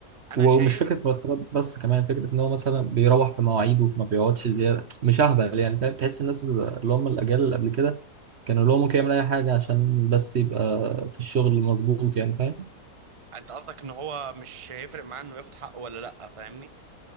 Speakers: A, on the right (about 30°); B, on the right (about 50°).
A: انا
B: ومش
A: شايف
B: فكرة مرتبات بس كمان فكرة إن هو مثلا بيروح في مواعيده ما بيقعدش زيادة مش أهبل يعني فاهم تحس الناس اللي هم الأجيال اللي قبل كده كانوا اللي هو ممكن يعمل أي حاجة عشان بس يبقى في الشغل مظبوط يعني فاهم
A: انت قصدك ان هو مش هيفرق معاه انه ياخد حقه ولا لا فاهمني